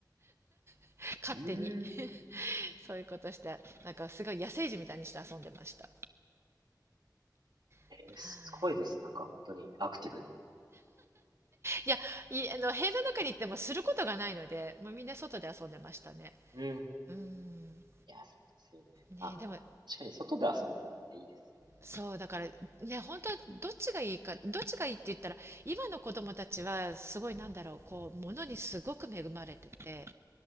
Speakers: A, on the right (about 35°); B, on the right (about 80°).
A: <laughs> 勝手に。
B: うん。
A: そういうことしてなんかすごい野生児みたいにして遊んでました
B: ええ、
A: はい
B: すごいです。なんか本当にアクティブな。
A: いやいあの部屋の中に行ってもすることがないのでもうみんな外で遊んでましたね
B: うん。
A: うん
B: いや、そうですよね。
A: ねでも
B: まあ、確かに外で遊んだ方がいいですよ。
A: そうだからね本当どっちがいいかどっちがいいって言ったら今の子供たちはすごいなんだろうこう物にすごく恵まれてて